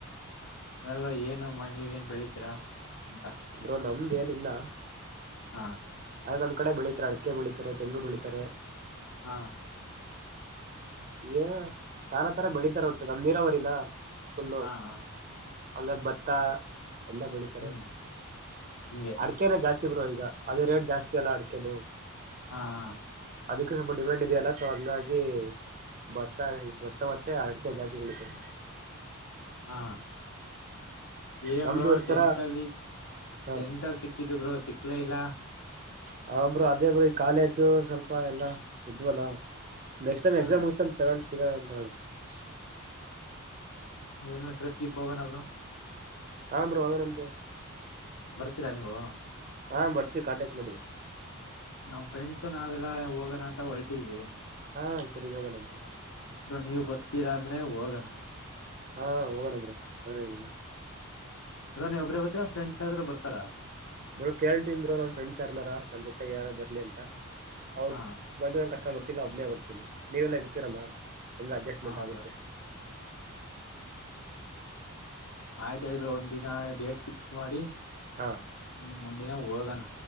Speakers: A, on the left (about 85°); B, on the right (about 35°).
A: ಅದರೊಳಗ ಏನು ನೀವ ಏನ್ ಬೆಳಿತೀರಾ. ಅಂತ
B: ಬ್ರೋ ನಮ್ದ ಏನಿಲ್ಲ.
A: ಹಾ
B: ಅದೇ ನಮ್ ಕಡೆ ಬೆಳಿತತಾರೆ ಅಡಕೆ ಬೆಳೀತಾರೆ ತೆಂಗು ಬೆಳೀತಾರೆ.
A: ಹಾ
B: ಏನು ನಾನತರ ಬೆಳಿತಾರ ಒಟ್ಟು ನಮ್ ನೀರಾವರಿನ. ಒಂದು
A: ಹಾ ಹಾ
B: ಅಂಗ ಬತ್ತ ಎಲ್ಲ ಬೆಳೀತಾರೆ
A: ಹ್ಮ್ ಹಂಗೆ
B: ಅಡಕೆನ ಜಾಸ್ತಿ. ಹೆಚ್ಚು ಬ್ರೋ ಈಗ ಅದೇ ರೇಟ್ ಜಾಸ್ತಿ ಅಲ್ಲ ಅಡಕೆದು.
A: ಹಾ ಹ
B: ಅದಕ್ಕೆ ಸ್ವಲ್ಪ ಡಿಮ್ಯಾಂಡ್ ಇದೆಯಲ್ಲ ಸೊ ಹಂಗಾಗಿ ಭತ್ತ ಭತ್ತ ಮತ್ತೆ ಅರಡಿಕೆ ಜಾಸ್ತಿ ಬೆಳೀತಾರೆ.
A: ಹಾ ಏನ್
B: ನಮ್ದು
A: ಬ್ರೋ
B: ಒಂಥರ
A: ಟೆಂತ್ ಅಲ್ಲಿ
B: ಹಾ
A: ಟೆಂತ್ ಅಲ್ಲಿ ಸಿಕ್ಕಿದು ಬ್ರೋ ಸಿಕ್ಲೇ ಇಲ್ಲ.
B: ಹಾನ್ ಬ್ರೋ ಅದೇ ಬ್ರೋ ಈ ಕಾಲೇಜು ಸ್ವಲ್ಪ ಎಲ್ಲಾ ಇದ್ವಲ್ಲ. ನೆಕ್ಟ್ ಟೈಮ್
A: ಹಾ
B: ಎಕ್ಸ್ ಮುಗಿಸಿಕೊಂಡ <inaudible> <unintelligible>
A: ಎಏನ ಟ್ರಿಪ್ ಗಿಪ್ ಹೋಗೋಣ ಬ್ರೋ.
B: ಹಾ ಬ್ರೋ ಹೋಗೋಣಂತೆ.
A: ಬರ್ತೀರಾ ನೀವು
B: ಹಾ ಬರ್ತವಿ ಕಾಂಟಾಕ್ಟ್ ಮಾಡಿ.
A: ನಮ್ ಫ್ರೆಂಡ್ಸು ನಾವೆಲ್ಲಾ ಹೋಗೋಣ ಅಂತ ಹೊರಟೀವಿ
B: ಹಾ ಸರಿ ಹೋಗಣಂತೆ
A: ನೀವು ಬರ್ತೀರಾ ಅಂದ್ರೆ ಹೋಗಣ
B: ಹಾ ಹೋಗೋಣಂದರು ಮನೆಯಲ್ಲಿ ಎಲ್ಲಾ
A: ಬ್ರೋ ನೀವ ಒಬ್ರೇ ಬರ್ತೀರಾ ಫ್ರೆಂಡ್ಸ್ ಯಾರಾದ್ರರು ಬರ್ತಾರಾ.
B: ಬ್ರೋ ಕೇಳ್ತಿನೀ ಬ್ರೋ ನಮ್ಮ ಫ್ರೆಂಡ್ಸ್ ಯಾರ್ನಾರ ನನ್ ಜೊತೆಗೆ ಯಾರು ಬರ್ಲಿ ಅಂತ. ಅವ್ರು
A: ಹಾ
B: ಬಂದ ಕರಕೊಂಡ ಬರ್ತೀನಿ. ಒಬ್ನೇ ಬರ್ತೀನಿ ನೀವೆಲ್ಲಾ ಇರುತ್ತಿರಲ್ಲ ಎಲ್ಲಾ ಅಡ್ಜಸ್ಟ್ಮೆಂಟ್
A: ಹಾ
B: ಆಗುತ್ತೆ.
A: ಬ್ರೋ ಆಯ್ತ್ ಎಲ್ಲರೂ ಒಂದ್ ದಿನ ಡೇಟ್ ಫಿಕ್ಸ್ ಮಾಡಿ.
B: ಹಾ
A: ಹ್ಮ್ ಒಂದಿನ ಹೋಗೋಣ.